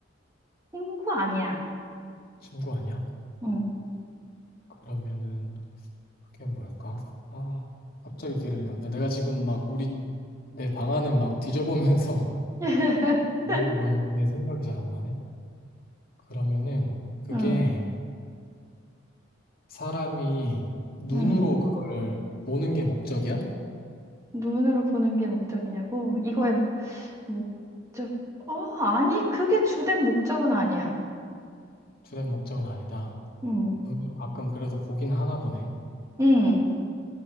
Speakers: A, on the right; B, on the left.
A: 친구 아니야.
B: 침구 아니야?
A: 응,
B: 그러면은 그게 뭘까? 아, 갑자기 길을 잃었네. 내가 지금 막 우리 내 방안을 막 뒤져보면서
A: <laughs>
B: <laughs> 물어보고 있는데 생각이 잘 안 나네. 그러면은 그게
A: 응,
B: 사람이 눈으로
A: 응.
B: 그걸 보는 게 목적이야?
A: 눈으로 보는 게 목적이냐고? 이거의 목적, 어, 아니, 그게 주된 목적은 아니야.
B: 주된 목적은 아니다.
A: 응,
B: 눈으로 가끔 그래도 보긴 하나 보네.
A: 응,